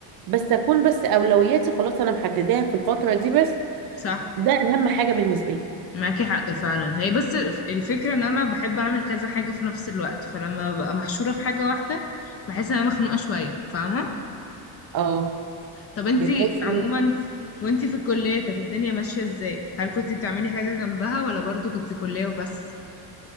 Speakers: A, on the right (about 50°); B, on the left (about 35°).
A: بس اكون بس اولوياتي خلاص انا محدداها في الفتره دي بس
B: صح
A: ده اهم حاجه بالنسبه لي
B: معاكي حق فعلا هي بس الف- الفكرة ان انا بحب اعمل كذا حاجة في نفس الوقت فلما ببقى محشورة في حاجة واحدة بحس ان انا مخنوقة شوية فاهمة
A: اه
B: طب انتي
A: بتحس
B: عموما
A: ان
B: ف- وانتي في الكلية كانت الدنيا ماشية ازاي؟ هل كنتي بتعملي حاجة جنبها ولا برضو كنتي كلية وبس؟